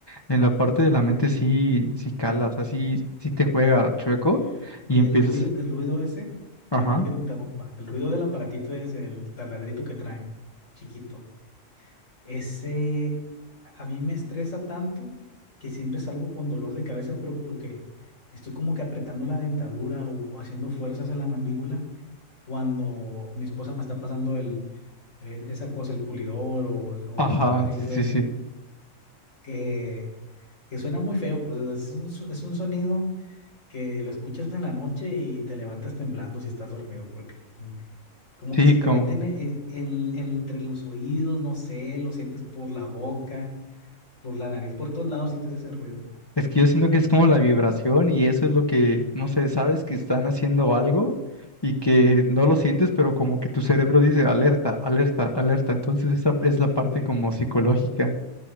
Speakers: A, on the left; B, on the left.
A: en la parte de la mente sí, sí calas, así, sí sí te juega chueco
B: Sí. Oye,
A: y empiezas,
B: el ruido, el ruido ese, disculpa
A: ajá.
B: que te interrumpa, el ruido del aparatito es el taladrito que traen, chiquito. Ese a mí me estresa tanto que siempre salgo con dolor de cabeza, pero porque estoy como que apretando la dentadura o haciendo fuerzas en la mandíbula cuando mi esposa me está pasando el, e- esa cosa, el pulidor o, el o
A: Ajá,
B: el taladrito
A: sí, sí,
B: ese,
A: sí.
B: que, que suena muy feo, pues o sea, es un, so- es un sonido que lo escuchas en la noche y te levantas temblando si estás dormido, porque como que como
A: Sí,
B: que se te
A: como.
B: meten en, en- en- entre los oídos, no sé, lo sientes por la boca por la nariz, por todos lados sientes ese ruido.
A: Es que yo siento que es como la vibración y eso es lo que, no sé, sabes que están haciendo algo y que no lo sientes, pero como que tu cerebro dice alerta, alerta, alerta. Entonces esa es la parte
B: Sí.
A: como psicológica.